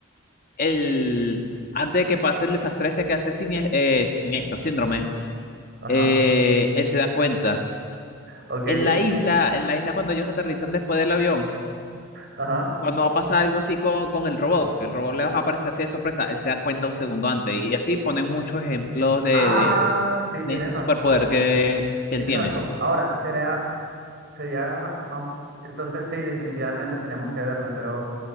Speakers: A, on the left; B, on the right.
A: el, antes de que pase el desastre ese que hace sinies- eh, siniestro, síndrome,
B: Ajá.
A: eh, él se da cuenta.
B: Ok,
A: En la isla, en la isla cuando ellos aterrizan después del avión,
B: ajá.
A: cuando va a pasar algo así con, con el robot, que el robot les va a aparecer así de sorpresa, él se da cuenta un segundo antes. Y así ponen muchos ejemplos de,
B: Ah,
A: de,
B: sí,
A: de
B: tienes
A: ese
B: razón.
A: superpoder que, que
B: Tienes
A: él tiene.
B: razón. Ahora, será, sería, vam- entonces sí, definitivamente tenemos que verlas, pero